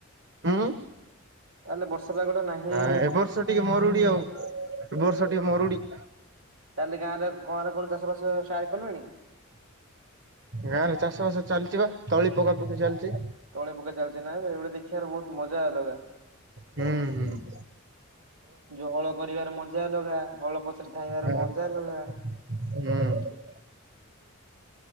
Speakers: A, on the right; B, on the right.
A: ଉଁ
B: ତାହେଲେ ବର୍ଷା ପାଗଟା ନାହିଁ
A: ନାଇଁ ଏ ବର୍ଷ ଟିକେ ମରୁଡି ଆଉ, ଏ ବର୍ଷ ଟିକେ ମରୁଡି।
B: ତାହେଲେ ଗାଁରେ <unintelligible> ଚାଷବାସ ଷ୍ଟାର୍ଟ କଲେଣି?
A: ଗାଁ ରେ ଚାଷ ବାସ ଚାଲିଚି ବା। ତଳି ପକାପକି ଚାଲିଚି।
B: ତଳି ପକା ଚାଲିଚି ନା। ଏବେ ଏଭଳି ଦେଖିବାର ବହୁତ୍ ମଜା ଅଲଗା।
A: ହୁଁ ହୁଁ।
B: ଯୋଉ ହଳ କରିବାର ମଜା ଅଲଗା। ହଳ ପଛରେ ଧାଇଁବାର
A: ଆଉ
B: ମଜା ଲଲଗା।
A: ହୁଁ।